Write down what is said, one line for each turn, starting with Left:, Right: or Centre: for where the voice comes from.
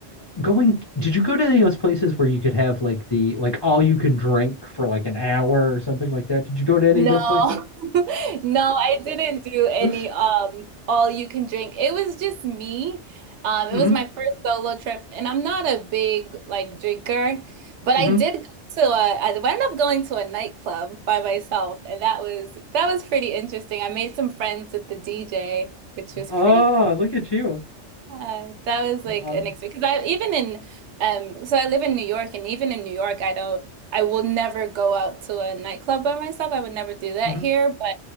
Left: going did you go to any of those places where you could have like the like all you can drink for like an hour or something like that? Did you go to any
Right: No,
Left: of those places?
Right: <laughs> no, I didn't do any
Left: <laughs>
Right: um all you can drink. It was just me. Um, it
Left: Mm-hmm.
Right: was my first solo trip, and I'm not a big like drinker, but I
Left: Mm-hmm.
Right: did go to a I ended up going to a nightclub by myself, and that was that was pretty interesting. I made some friends with the DJ, which was
Left: Oh,
Right: pretty
Left: look at you.
Right: yeah, that was like
Left: Um,
Right: an experience. Because I even in um, so I live in New York, and even in New York, I don't, I will never go out to a nightclub by myself. I would never do that
Left: mhm.
Right: here, but